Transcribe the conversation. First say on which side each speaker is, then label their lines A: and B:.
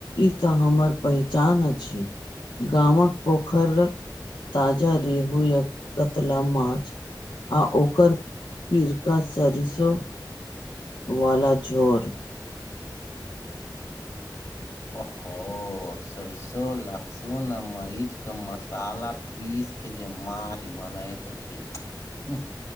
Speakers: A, on the left; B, on the left.
A: ई तऽ हमर पहचान अछि गामक पोखरक। ताजा रेहू या कतला माछ आ ओकर। पिरका सरिसो वाला झोर।
B: ओहो सरिसो लहसुन आ मरीच का मसाला। पीस के जे माँछ बनइत छै ह।